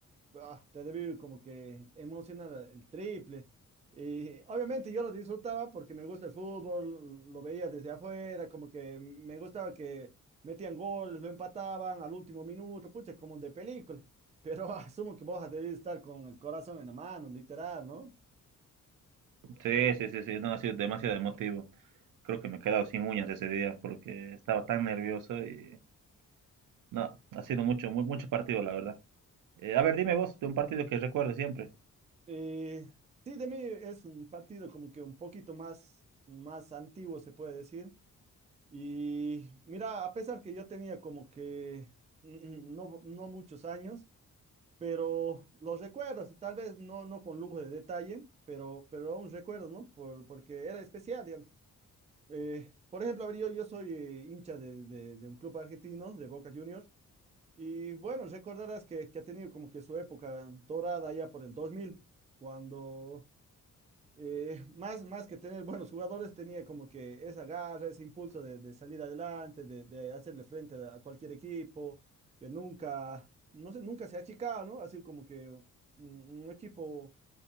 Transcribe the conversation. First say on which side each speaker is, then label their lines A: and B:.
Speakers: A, on the right; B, on the right.
A: ah, te debe como que emociona el triple. Y obviamente yo lo disfrutaba porque me gusta el fútbol, lo veía desde afuera, como que me gustaba que metían goles, lo empataban al último minuto, pucha, como de película. Pero <laughs> asumo que vos debes estar con el corazón en la mano, literal, ¿no?
B: Sí, sí, sí, sí, no ha sido demasiado emotivo. Creo que me he quedado sin uñas ese día porque estaba tan nervioso y no, ha sido mucho, mu- mucho partido, la verdad. Eh, a ver, dime vos de un partido que recuerdes siempre.
A: Y sí, de mí es un partido como que un poquito más, más antiguo, se puede decir. Y mira, a pesar que yo tenía como que mm, mm, no, no muchos años, pero los recuerdos, tal vez no, no con lujo de detalle, pero, pero aún recuerdo, ¿no? Por, porque era especial, digamos. Eh, por ejemplo, a ver, yo, yo soy eh, hincha de, de- de un club argentino, de Boca Juniors, y bueno, recordarás que, que ha tenido como que su época dorada ya por el 2000, cuando eh, <laughs> más, más que tener buenos jugadores, tenía como que esa garra, ese impulso de, de salir adelante, de, de hacerle frente a cualquier equipo, que nunca, no sé, nunca se ha achicado, ¿no? Así como que un, un equipo